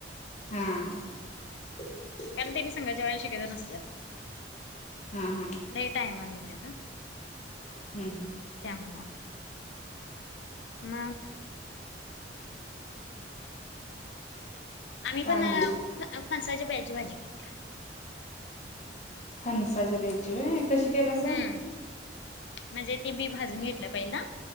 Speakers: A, on the left; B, on the left.
A: हा
B: कारण तेनीी सांगा जेवायला सगळेजण असत्यात
A: हम् हम्
B: लई टाईमण येतेत
A: हम् हम
B: त्यामवा मग आम्ही
A: काय
B: पण
A: नाही
B: फणसाच्या बियाची भाजी केलतीय
A: फणसाच्या बियाची होय कशी केलासा
B: हम्म म्हणजे ती बी भाजून घेतलं पाहिजे ना